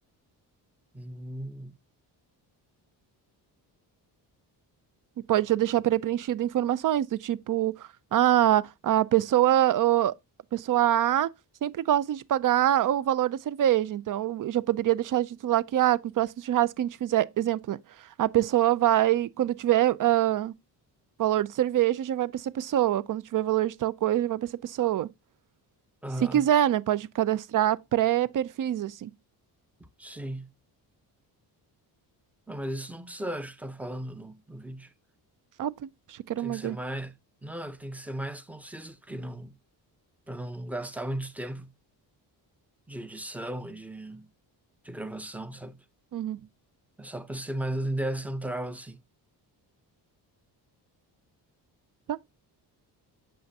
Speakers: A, in the centre; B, on the right (about 50°).
A: Hum,
B: E pode já deixar pré-preenchido informações do tipo, ah, a pessoa, ah, a pessoa A sempre gosta de pagar o valor da cerveja. Então, eu já poderia deixar de titular que, ah, com o próximo churrasco que a gente fizer, exemplo, né? A pessoa vai, quando tiver, ah, valor de cerveja, já vai para essa pessoa. Quando tiver valor de tal coisa, já vai para essa pessoa.
A: ah,
B: Se quiser, né? Pode cadastrar pré-perfis, assim.
A: sim. ah mas isso não precisa, acho que tá falando no, no vídeo.
B: Ah, tá. Achei que era
A: Tem
B: uma
A: que
B: ideia.
A: ser mais. Não, é que tem que ser mais conciso, porque não. Pra não gastar muito tempo de edição e de, de gravação, sabe?
B: Uhum.
A: É só pra ser mais a ideia central, assim.
B: Tá. O